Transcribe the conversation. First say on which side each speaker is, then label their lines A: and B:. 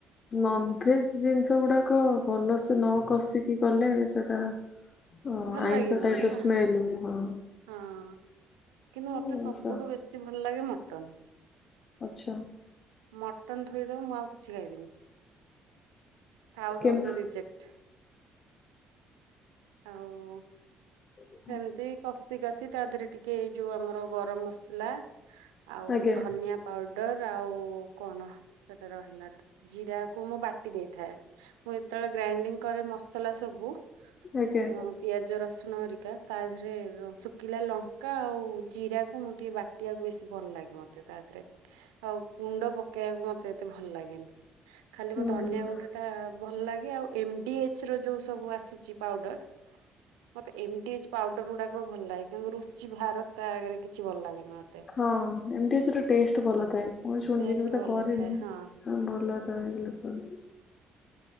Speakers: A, on the left (about 50°); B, on the right (about 80°).
A: ନନ୍
B: ଆଉ
A: ଭେଜ ଜିନିଷ ଗୁଡାକ ଭଲସେ ନ କଷିକି କଲେ ସେଟା ହଁ
B: ଭଲ
A: ଆଇଁଷ
B: ଲାଗିବନି
A: ଟାଇପ ର
B: ନା
A: ସ୍ମେଲ ହୁଏ। ହଁ
B: ହଁ କିନ୍ତୁ ମତେ
A: ଜିନିଷ
B: ସବୁଠୁ ବେଶୀ ଭଲ ଲାଗେ ମଟନ।
A: ଆଛା
B: ମଟନ ଥୋଇଦବ ମୁଁ ଆଉ କିଛି ଖାଇବିନି ଆଉ
A: କେମ
B: ସବୁ ରିଜେକ୍ଟ। ଆଉ
A: ହ
B: ସେମିତି କଷି କାଷି ତା ଦେହରେ ଟିକେ ଏଇ ଯୋଉ ଆମର ଗରମ ମସଲା ଆଉ
A: ଆଜ୍ଞା
B: ଧନିଆ ପାଉଡର ଆଉ କଣ ସେଟା ରହିଲା ଟି ଜିରା କୁ ମୁଁ ବାଟି ଦେଇଥାଏ ମୁଁ ଯେତେବେଳେ ଗ୍ରାଇଣ୍ଡିଙ୍ଗ କରେ ମସଲା ସବୁ
A: ଆଜ୍ଞା
B: ହଁ ପିଆଜ ରସୁଣ ହେରିକା ତା ଦେହରେ ରସୁ ଶୁଖିଲା ଲଙ୍କା ଆଉ ଜିରାକୁ ମୁଁ ଟିକେ ବାଟିବାକୁ ବେଶୀ ଭଲ ଲାଗେ ମତେ ତା ଦେହରେ। ଆଉ ଗୁଣ୍ଡ ପକେଇବାକୁ ମତେ ଏତେ ଭଲ ଲାଗେନି। ଖାଲି
A: ହୁଁ।
B: ମୋ ଧନିଆ ଗୁଣ୍ଡ ଟା ଭଲ ଲାଗେ ଆଉ ଏମଡି ଏଚ ର ଯୋଉ ସବୁ ଆସୁଛି ପାଉଡର ମତେ ଏମ ଡି ଏଚ ପାଉଡର ଗୁଡାକ ଭଲ ଲାଗେ। କିନ୍ତୁ ରୁଚି ଭାରତ ତା ଆଗରେ କିଛି ଭଲ ଲାଗେନା।
A: ହ ଏମ ଡି ଏଚ ଟେଷ୍ଟ ଭାଲଥାଏ ମୁଁ ସୁନିଚି
B: ଟେଷ୍ଟ
A: କେବେ
B: ଭଲ
A: କରିନି।
B: ଥାଏ ହଁ
A: ଭଲ ଥାଏ ବୋଲି କହୁଚି।